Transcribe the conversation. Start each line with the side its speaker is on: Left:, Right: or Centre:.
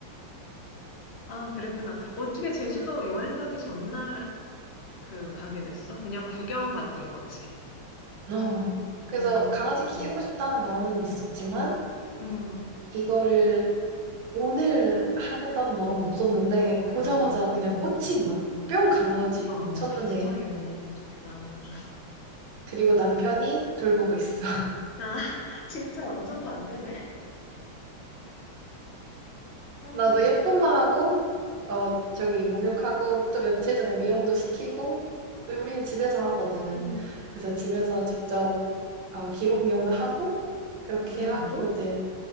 Left: 아, 그랬구나. 어떻게 제주도 여행 가기 전날 그 가게 됐어? 그냥 구경 갔던 거지.
Right: 어. 그래서
Left: 음,
Right: 강아지 키우고
Left: 음,
Right: 싶다는 마음은 있었지만
Left: 음,
Right: 이거를 오늘 하겠다는 마음은 없었는데
Left: 어, 어,
Right: 보자마자 그냥
Left: 음.
Right: 꽂힌 거예요. 뿅 간 거지.
Left: 그러니까
Right: 첫눈에.
Left: 비슷하네, 저기랑 아주. <laughs>
Right: 그리고 남편이 돌보고 있어.
Left: 아, 진짜 완전 반대네. 아,
Right: 나도 예쁘만 하고, 어, 저기 목욕하고, 또 며칠 전에 미용도 시키고, 우리는 집에서 하거든.
Left: 응.
Right: 그래서 집에서 직접, 어, 기본 미용도 하고, 그렇게
Left: 미용도?
Right: 하고, 이제,